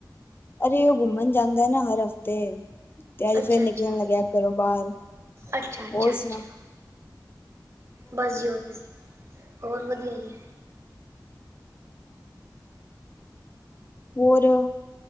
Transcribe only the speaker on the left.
ਅਰੇ ਔ ਘੁੰਮਨ ਜਾਂਦਾ ਏਨਾ ਹਰ ਹਫ਼ਤੇ। ਤੇ ਅੱਜ
ਫਿਰ ਨਿਕਲਨ
ਲੱਗਿਆ ਘਰੋ ਬਾਰ,
ਹੋਰ
ਸੁਨਾ?
ਹੋਰ।